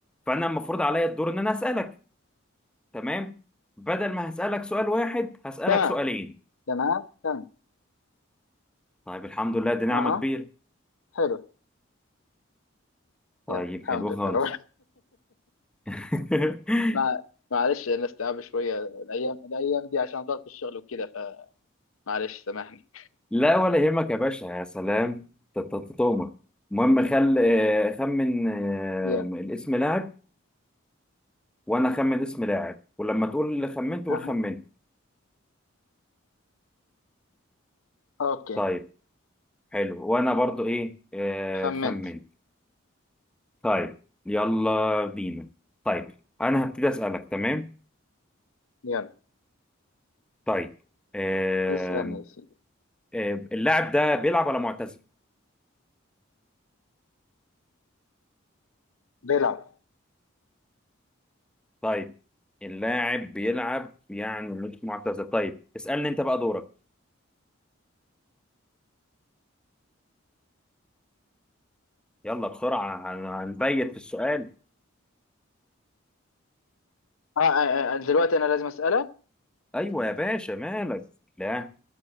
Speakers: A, in the centre; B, on the left.
A: فانا المفروض عليا الدور ان انا اسألك تمام بدل ما هسألك سؤال واحد هسألك
B: تمام
A: سؤالين
B: تمام تمام
A: طيب الحمد لله دي نعمة
B: أها
A: كبيرة
B: حلو
A: طيب
B: يلا الحمد
A: حلو
B: لله
A: خالص
B: روح
A: <laughs>
B: ما <laughs> معلش أنا استيعاب شوية الأيام الأيام دي عشان ضغط الشغل وكده فمعلش سامحني
A: لا ولا يهمك يا باشا يا سلام تؤمر المهم خل آه، خمن آه،
B: يلا
A: الاسم لاعب وانا اخمن اسم لاعب ولما تقول اللي خمنت قول
B: أها
A: خمنت
B: أوكي
A: طيب حلو وانا برضو ايه آه
B: خمنت
A: خمنت طيب يلا بينا طيب انا هبتدي اسالك تمام
B: يلا
A: طيب آه
B: اسألني يا سيدي
A: آه اللاعب ده بيلعب ولا معتزل
B: بيلعب
A: طيب اللاعب بيلعب يعني مش معتزل طيب اسالني انت بقى دورك يلا بسرعه هن- هنبيت في السؤال
B: آه, آه, آه آه، دلوقتي أنا لازم أسألك
A: ايوه يا باشا مالك لا